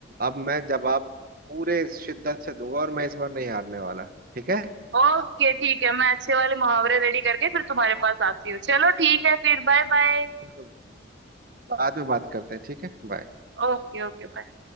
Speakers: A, on the right; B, on the right.
A: अब मैं जवाब पूरे शिद्दत से दूंगा और मैं इस बार नहीं हारने वाला ठीक है
B: ओके ठीक है मैं अच्छे वाले मुहावरे रेडी करके फिर तुम्हारे पास आती हूँ चलो ठीक है फिर bye bye
A: चलो बाद में बात करते हैं ठीक है बाय
B: Okay okay bye